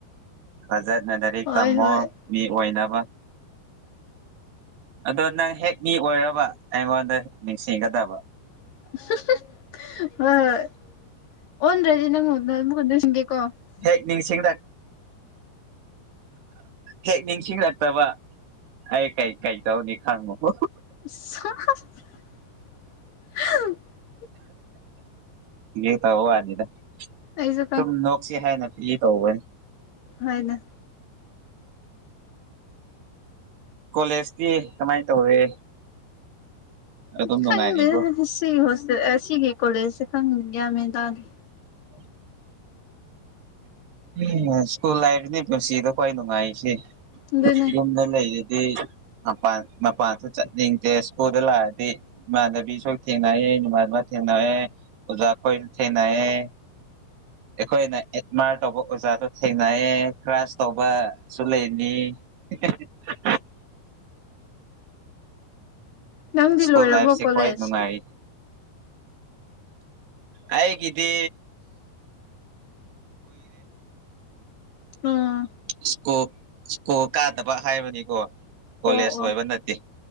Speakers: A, on the right (about 75°); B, on the left (about 75°).
A: ꯐꯖꯅ ꯂꯥꯏꯔꯤꯛ
B: ꯍꯣꯏ
A: ꯇꯝꯃꯣ
B: ꯍꯣꯏ
A: ꯃꯤ ꯑꯣꯏꯅꯕ ꯑꯗꯣ ꯅꯪ ꯍꯦꯛ ꯃꯤ ꯑꯣꯏꯔꯕ ꯑꯩꯉꯣꯟꯗ ꯅꯤꯡꯁꯤꯡꯒꯗꯕ
B: ꯍꯝꯍꯝ ꯍꯣꯏ ꯍꯣꯏ UNINTELLIGIBLE
A: ꯍꯦꯛ ꯅꯤꯡꯁꯤꯡꯂꯛ ꯍꯦꯛ ꯅꯤꯡꯁꯤꯡꯂꯛꯇꯕ ꯑꯩ ꯀꯩ ꯀꯩꯇꯧꯔꯅꯤ ꯈꯪꯉꯨꯀꯣ
B: INAUDIBLE
A: ꯒꯤ ꯇꯧ ꯋꯥꯅꯤꯗꯥ
B: ꯑꯩꯁꯨ
A: ꯁꯨꯝ ꯅꯣꯛꯁꯤ ꯍꯥꯏꯅ ꯌꯦꯇꯧꯕꯅꯤ
B: ꯍꯥꯏ ꯅ
A: ꯀꯣꯂꯦꯖꯇꯤ ꯀꯝꯃꯥꯏ ꯇꯧꯔꯦ ꯑꯗꯨꯝ
B: ꯎꯪ
A: ꯅꯨꯡꯉꯥꯏꯔꯤꯕꯣ
B: ꯈꯪꯗꯦꯗ ꯁꯤ ꯍꯣꯁꯇꯦ ꯑꯁꯤꯒꯤ ꯀꯣꯂꯦꯖꯖꯦ ꯈꯪꯗꯦ ꯒ꯭ꯌꯥꯟ ꯃꯦꯟ ꯇꯥꯗꯦ
A: INAUDIBLE ꯎꯪꯝ ꯁ꯭ꯀꯨꯜ ꯂꯥꯏꯐꯅꯤ ꯄꯨꯟꯁꯤꯗ ꯈ꯭ꯋꯥꯏ ꯅꯨꯡꯉꯥꯔꯤꯁꯦ
B: ꯑꯗꯨꯅꯦ
A: ꯌꯨꯝꯗ ꯂꯩꯔꯗꯤ ꯃꯄꯥꯟ ꯃꯄꯥꯟꯖꯨ ꯆꯠꯅꯤꯡꯗꯦ ꯁ꯭ꯀꯨꯜꯗ ꯂꯥꯛꯑꯗꯤ ꯏꯃꯥꯟꯅꯕꯤꯁꯨ ꯊꯦꯡꯅꯩꯌꯦ ꯕꯕꯥ-ꯏꯃꯥ ꯊꯦꯡꯅꯩꯌꯦ ꯑꯣꯖꯥꯈꯣꯏ ꯊꯦꯡꯅꯩꯌꯦ ꯑꯩꯈꯣꯏꯅ ꯑꯦꯠꯃꯥꯔ ꯇꯧꯕ ꯑꯣꯖꯥꯗꯣ ꯊꯦꯡꯅꯩꯌꯦ ꯀ꯭ꯔꯥꯁ ꯇꯧꯕ ꯖꯨ ꯂꯩꯅꯤ INAUDIBLE
B: ꯅꯪꯗꯤ
A: ꯁ꯭ꯀꯨꯜ
B: ꯂꯣꯏꯔꯥꯕꯣ
A: ꯂꯥꯏꯐꯁꯦ
B: ꯀꯣꯂꯦꯖ
A: ꯈ꯭ꯋꯥꯏ ꯅꯨꯡꯉꯥꯏ ꯑꯩꯒꯤ ꯗꯤ
B: ꯑꯣ
A: ꯁ꯭ꯀꯣ ꯁ꯭ꯀꯨꯣ ꯀꯥꯗꯕ ꯍꯥꯏꯕꯅꯤꯀꯣ ꯀꯣꯂꯦꯖ
B: ꯑꯣ
A: ꯂꯣꯏꯕ
B: ꯑꯣ
A: ꯅꯠꯇꯦ